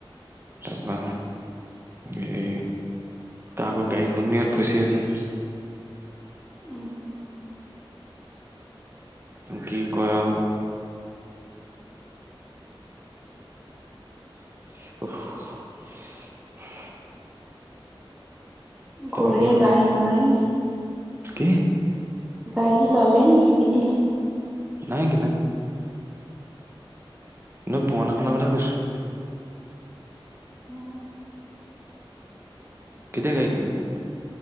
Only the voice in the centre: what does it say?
উম,
গৌৰীয়ে
গাড়ী পালে নিকি?
গাড়ী ল'লে নিকি কিনিলে?
অ।